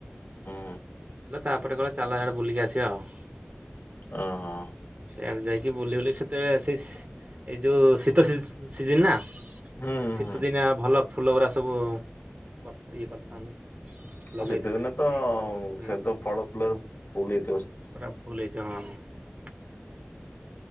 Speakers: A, on the left (about 65°); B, on the right (about 45°).
A: ହୁଁ
B: ତାପରେ କହିଲେ ଚାଲ ସିଆଡେ
A: ଓ ହୋ।
B: ଆଉ ଯାଇକି ବୁଲିବୁଲି ସେ ସେତେଳେ ସିସ ଏଇ ଯୋଉ ଶୀତ ସି ସିଜିନ ନା।
A: ହୁଁ ହୁଁ
B: ଶୀତ
A: ହୁଁ
B: ଦିନିଆ। ଭଲ। ଫୁଲଗୁଡ଼ା ସବୁ ଇଏ କରିଥାନ୍ତି। ଲଗେଇଥିଲେ
A: ଆଉ ଶୀତେ ଦିନେ ତ
B: ହୁଁ
A: ସେ ତ ଫଳ ଫୁଲରେ ଫୁଲ ହେଇ
B: ପୁରା ଫଲ୍ ହେଇଚି। ଯ ହଁ।